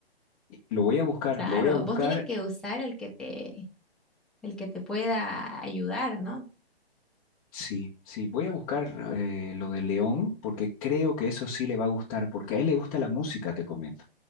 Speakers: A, on the left; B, in the centre.
A: Y Lo voy a buscar,
B: Claro,
A: lo voy a buscar.
B: vos tienes que usar el que te, el que te pueda ayudar, ¿no?
A: Sí, sí, voy a buscar eh, lo de León porque creo que eso sí le va a gustar, porque a él le gusta la música, te comento.